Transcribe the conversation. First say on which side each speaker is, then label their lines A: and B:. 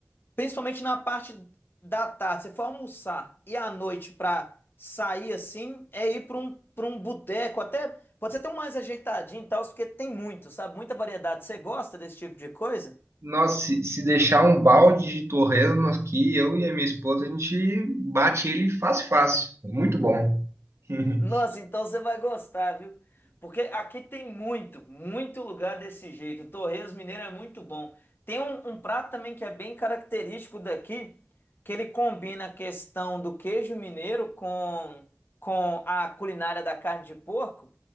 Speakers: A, on the left (about 50°); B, on the right (about 75°).
A: principalmente na parte da tarde, você for almoçar e à noite pra sair assim, é ir pra um, pra um boteco, até pode ser até um mais ajeitadinho e tal, porque tem muito, sabe? Muita variedade. Você gosta desse tipo de coisa?
B: Nossa, se, se deixar um balde de torresmo aqui, eu e a minha esposa, a gente bate ele fácil, fácil. Muito bom. <laughs>
A: Nossa, então você vai gostar, viu? Porque aqui tem muito, muito lugar desse jeito. Torresmo mineiro é muito bom. Tem um, um prato também que é bem característico daqui, que ele combina a questão do queijo mineiro com, com a culinária da carne de porco.